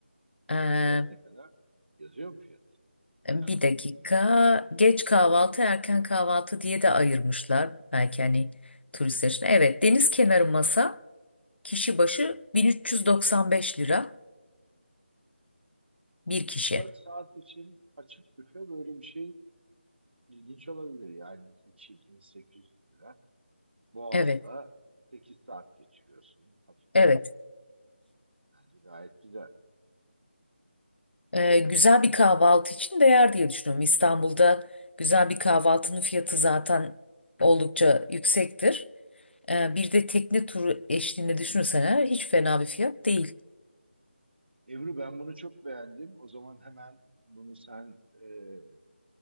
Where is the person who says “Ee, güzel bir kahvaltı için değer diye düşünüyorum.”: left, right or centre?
Left